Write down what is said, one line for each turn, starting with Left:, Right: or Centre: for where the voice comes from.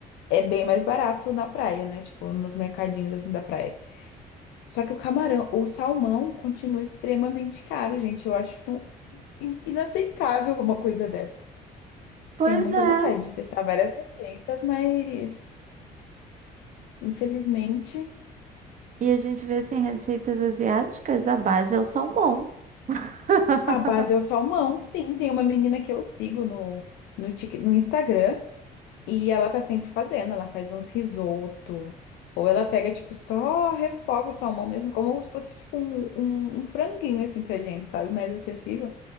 Left: é bem mais barato na praia, né? Tipo, nos mercadinhos assim da praia. Só que o camarão, o salmão continua extremamente caro, gente. Eu acho in- inaceitável uma coisa dessa.
Right: Pois
Left: Tenho muita
Right: é.
Left: vontade de testar várias receitas, mas infelizmente
Right: E a gente vê assim, receitas asiáticas, a base é o salmão. <laughs>
Left: a base é o salmão. Sim, tem uma menina que eu sigo no, no, Tik- no Instagram e ela tá sempre fazendo. Ela faz uns risoto, ou ela pega, tipo, só refoga o salmão mesmo, como se fosse, tipo, um, um, um franguinho, assim, pra gente, sabe? Mais acessível.